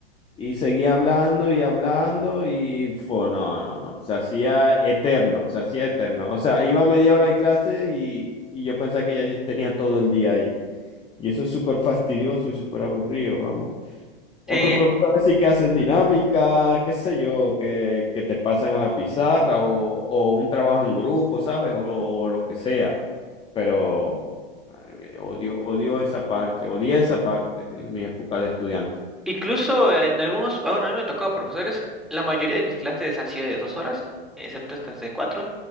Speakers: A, on the left; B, in the centre.
A: y seguía hablando y hablando y fue, no, no, no, se hacía eterno, se hacía eterno. O sea, iba media hora de clase y, y yo pensaba que ya tenía todo el día ahí. Y eso es súper fastidioso y súper aburrido, vamos. Otros
B: Sí,
A: profesores sí que hacen dinámica, qué sé yo, que, que te pasan a la pizarra o, o un trabajo en grupo, ¿sabes? o o lo que sea pero madre mía, odio, odio esa parte, odié esa parte en mi época de estudiante.
B: Incluso en algunos, bueno, a mí me ha tocado profesores, la mayoría de mis clases han sido de dos horas, excepto estas de cuatro,